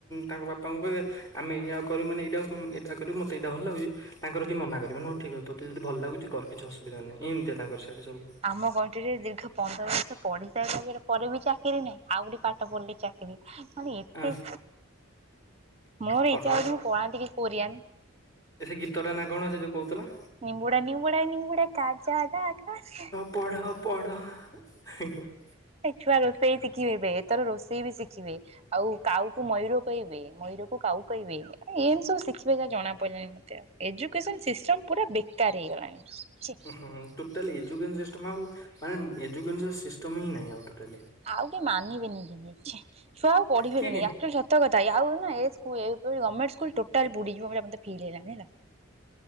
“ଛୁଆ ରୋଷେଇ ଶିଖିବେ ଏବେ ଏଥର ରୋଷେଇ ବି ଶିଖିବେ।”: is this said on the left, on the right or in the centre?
Right